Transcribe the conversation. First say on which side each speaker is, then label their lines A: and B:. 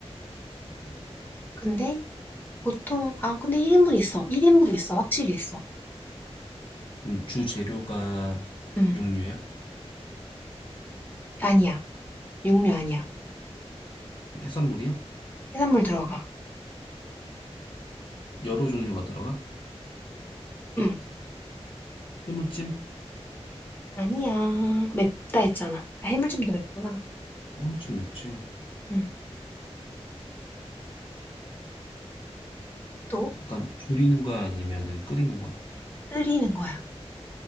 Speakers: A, on the left; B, on the left.
A: 음.
B: 근데, 보통, 아, 근데 1인분 있어. 1인분 있어, 확실히 있어.
A: 그럼 주 재료가
B: 응.
A: 육류야?
B: 아니야. 육류 아니야.
A: 해산물이야?
B: 해산물 들어가.
A: 여러 종류가 들어가?
B: 응.
A: 해물찜?
B: 아니야. 맵다 했잖아. 아, 해물찜도 맵구나.
A: 엄청 맵지.
B: 응. 또,
A: 그러니까 조리는 거야 아니면은 끓이는 거야?
B: 끓이는 거야.